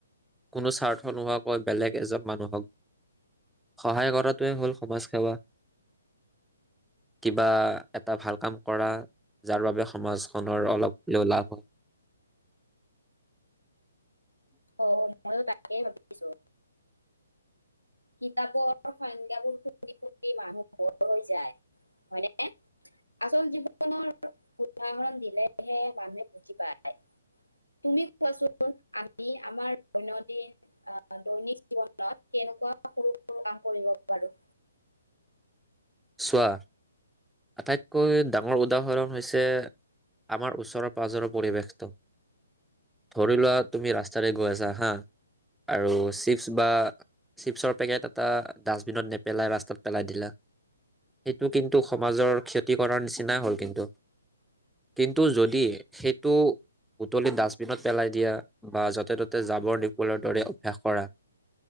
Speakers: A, in the centre; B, on the left (about 90°).
A: কোনো স্বাৰ্থ নোহোৱাকৈ বেলেগ এজন মানুহক সহায় কৰাটোৱে হ'ল সমাজ সেৱা, কিবা এটা ভাল কাম কৰা যাৰ বাবে সমাজখনৰ অলপ হলেও লাভ হয়।
B: অ ময়ো তাকে ভাবিছো। কিতাপৰ সংজ্ঞাবোৰ শুনি শুনি মানুহ বৰ হৈ যায় হয়নে আচল জীৱনৰ উদাহৰণ দিলেহে মানুহে বুজি পায় তুমি কোৱাচোন আমি আমাৰ দৈনন্দিন দৈনিক জীৱনত কেনেকুৱা সৰু সৰু কাম কৰিব পাৰোঁ?
A: চোৱা আটাইতকৈ ডাঙৰ উদাহৰণ হৈছে আমাৰ ওচৰৰ পাজৰৰ পৰিৱেশটো। ধৰি লোৱা তুমি ৰাস্তাৰে গৈ আছা হা আৰু চি বা চিপছৰ পেকেট টা ডাষ্টবিনত নেপেলাই ৰাস্তাত পেলাই দিলা এইটো কিন্তু সমাজৰ ক্ষতি কৰাৰ নিচিনাই হ'ল কিন্তু, কিন্তু যদি সেইটো উতলি ডাষ্টবিনত পেলাই দিয়া বা য'তে ত'তে জাবৰ নিপবলৰ দৰে অভ্যাস কৰা